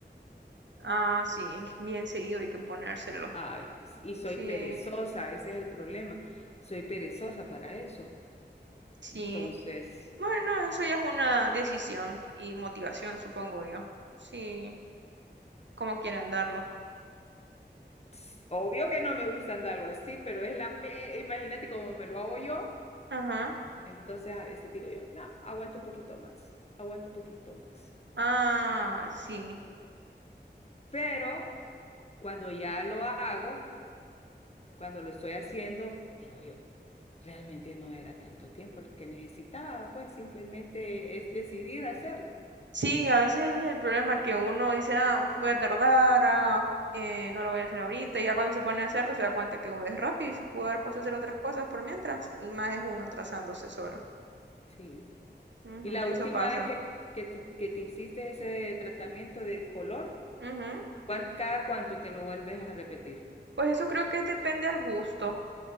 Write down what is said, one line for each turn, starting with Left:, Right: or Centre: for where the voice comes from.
Right: Ah, sí, bien seguido hay que ponérselo.
Left: Ay, y soy
Right: Sí,
Left: perezosa, ese es el problema. Soy perezosa para eso.
Right: sí.
Left: Entonces,
Right: Bueno, eso ya es una decisión y motivación, supongo yo. Sí, como quieran darlo.
Left: s- obvio que no me gusta andarlo así, pero es la P, imagínate cómo me lo hago yo.
Right: Ajá.
Left: Entonces a veces digo yo, no, aguanto un poquito más, aguanto un poquito más.
Right: Ah, sí.
Left: Pero cuando ya lo hago, cuando lo estoy haciendo, digo yo, realmente no era tanto tiempo el que necesitaba, pues simplemente es decidir hacerlo.
Right: Sí, a veces ese es el problema que uno dice, ah, voy a tardar, ah, eh, no lo voy a hacer ahorita. Y ya cuando se pone a hacerlo se da cuenta que uh, es rápido y se pudo haber puesto a hacer otras cosas por mientras. Y más es uno atrasándose solo.
Left: Sí.
Right: Ujú,
Left: Y la
Right: Eso
Left: última
Right: pasa.
Left: vez que, que te, que te hiciste ese tratamiento de color,
Right: Ujú.
Left: ¿cuán- cada cuánto te lo vuelves a repetir?
Right: Pues eso creo que depende al gusto,